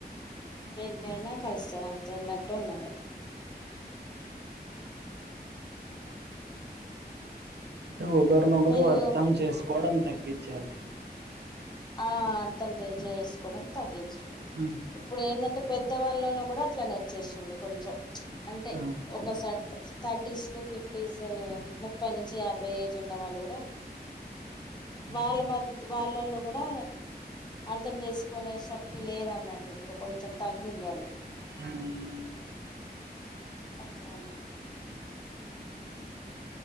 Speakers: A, on the left; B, on the right.
A: దేనికైనా కలుస్తారు అంత అన్నటు ఉన్నది
B: అంటే ఒకరినొకరు
A: మీరు
B: అర్థం చేసుకోవడం తగ్గిచారు
A: ఆ అర్థం చేసుకోవడం తగ్గించిరు
B: ఆ!
A: ఇప్పుడు ఏంటంటే పెద్దవాళ్ళలో కూడా అట్లా నచ్చేసింది కొంచెం అంటే
B: ఆ!
A: ఒకసార్ థర్టీస్ టు ఫిఫ్టీస్ ముప్పై నుంచి యాభై ఏజ్ ఉన్న వాళ్ళు కూడా
B: అవును.
A: వాళ్ళ మద్ వాళ్ళలో కూడా అర్థం చేసుకునే శక్తి లేదన్నట్టు ఇప్పుడు కొంచెం తగ్గింది అది
B: అవునండి
A: ఓక్ జైన